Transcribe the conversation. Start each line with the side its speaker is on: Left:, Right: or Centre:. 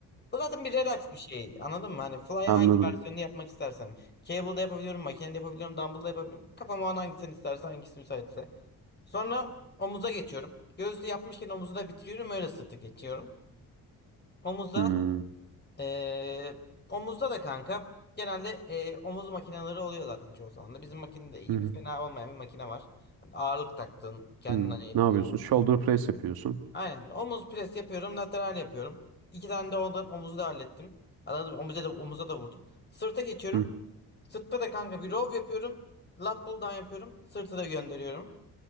Left: Bu zaten bir Redux bir şey. Anladın mı? Hani Fly
Right: Anladım.
Left: hangi versiyonunu yapmak istersem. Cable'da yapabiliyorum, makinede yapabiliyorum, dumbbell'da yapabiliyorum. Kafama o an hangisini isterse, hangisi müsaitse. Sonra omuza geçiyorum. Göğsü yapmışken omuzu da bitiriyorum. Öyle sırtı geçiyorum. Omuzda
Right: Hmm,
Left: eee, omuzda da kanka genelde eee, omuz makineleri oluyor zaten çoğu zaman da. Bizim makinede iyi
Right: Hı hı.
Left: bir fena olmayan bir makine var. Hani ağırlık taktığın, kendini
Right: hı.
Left: hani
Right: Ne yapıyorsun? Shoulder press yapıyorsun.
Left: Aynen. Omuz pres yapıyorum. Lateral yapıyorum. İki tane de ondan omuzu da hallettim. Anladım. Omuza da, omuza da vurdum. Sırta geçiyorum.
Right: Hı.
Left: Sırtta da kanka bir row yapıyorum. Lat pull down yapıyorum. Sırtı da gönderiyorum.